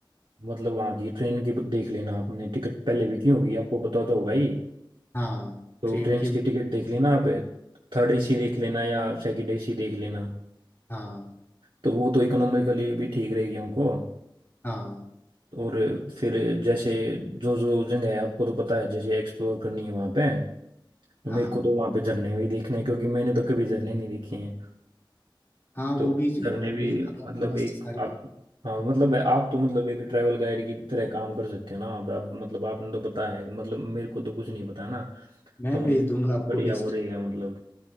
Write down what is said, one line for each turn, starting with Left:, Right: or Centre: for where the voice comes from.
Right: मतलब वहाँ की ट्रेन की देख लेना आपने टिकट पहले भी की होगी आपको पता तो होगा ही
Left: हाँ
Right: तो
Left: ट्रेन
Right: ट्रेन
Left: की
Right: की टिकट देख लेना आप थर्ड एसी देख लेना या सेकंड एसी देख लेना
Left: हाँ
Right: तो वो तो इकोनॉमिकली भी ठीक रहेगी हमको
Left: हाँ
Right: और फिर जैसे जो जो जगह है आपको तो पता है जैसे एक्सप्लोर करनी है वहाँ पे तो
Left: हाँ
Right: मेरे को तो
Left: वो
Right: वहाँ पे झरने भी देखने हैं क्योंकि मैंने तो कभी झरने नहीं देखे हैं
Left: हाँ
Right: तो
Left: वो भी मिल
Right: झरने भी
Left: जाएगा
Right: मतलब
Left: आपको लिस्ट
Right: एक
Left: सारी
Right: आप हाँ मतलब आप तो मतलब एक ट्रैवल गाइड की तरह काम कर सकते हो ना आप आप- मतलब आपने तो पता है मतलब मेरे को तो कुछ नहीं पता ना
Left: मैं
Right: तो मतलब
Left: भेज दूंगा आपको
Right: बढ़िया
Left: लिस्ट
Right: वो रहेगा मतलब